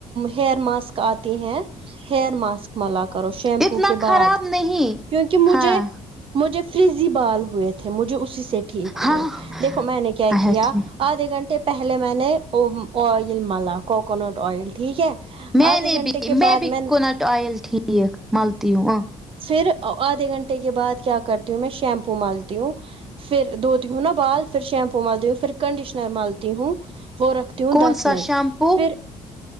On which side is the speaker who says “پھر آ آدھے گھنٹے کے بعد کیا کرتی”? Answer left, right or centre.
Right